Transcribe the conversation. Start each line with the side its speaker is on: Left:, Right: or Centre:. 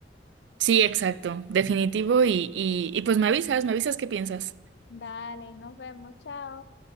Right: Sí, exacto, definitivo y, y, y pues me avisas, me avisas qué piensas.
Left: Dale, nos vemos, chao.